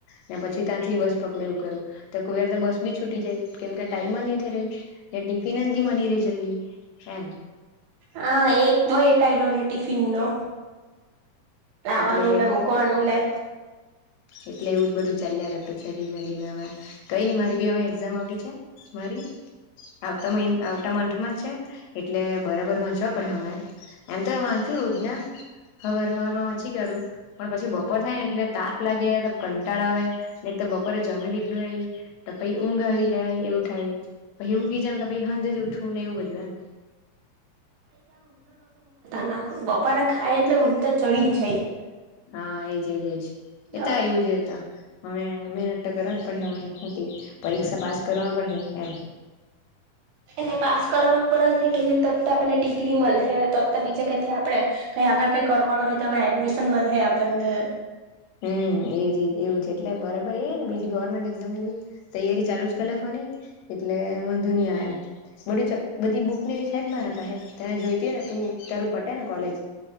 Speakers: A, on the left; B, on the right.
A: ને પછી ત્યાંથી બસ પકડું એવું કરવું, તો કોઈર બસ બી છૂટી જાય કેમ કે ટાઈમ જ નથી રહી, ને ટીફિન માની રહી જલ્દી. હા.
B: હા એક બ એટાઈલો ટિફિન નો. લાવાનું
A: એટલે
B: ને મુકવાનું ને.
A: એટલે એવું જ બધું ચાલ્યા કરતું છે ધીમે ધીમે અવે. કઈ નઈ મારી બી હવે એક્ઝામ આવડી છે મારી. આવતા આવતા મંથમાં જ છે, એટલે બરાબર વાંચવા પડે હવે. એમ તો વાંચુ રોજના, હર હરમાં પછી કાડુ પણ પછી બપોર થાય ને એટલે તાપ લાગી કંટાળ આવે, ને તો બપોરે જમી લીધલું તો પી ઊંઘ આવી જાય એવું થાય પછી ઊંઘી જાયમ, તો પછી હંજ જ ઉઠું ને એવું બધું એમ. <inaudible>
B: ના બપાર ખાય એટલે હ તો ચડી જ જાય.
A: હા એજજ એજ
B: તો
A: એતા એવું છેતા. અવે મહેનત તો કરવા જ પડે, પરીક્ષા પાસ કરવા પડે. એમ.
B: એને પાસ કર પડ કે તરત આપણને ડિગ્રી મળે તરત બીજા કથી આપડે. આગળ કઈ કરવાનું હોય તો એડમિશન મળે આપણને.
A: હમ એજજ એવું જ એટલે બરાબર એ ને બીજી ગવર્મેન્ટ એક્ઝામ ની બી તૈયારી, ચાલુ જ લખવાની. એટલે વાંધો ની આવે એમ, બધી બધી બુક ને એવી છે મારા પાહે તને જોઈતી ને તું તારું પટે ને કોલેજ,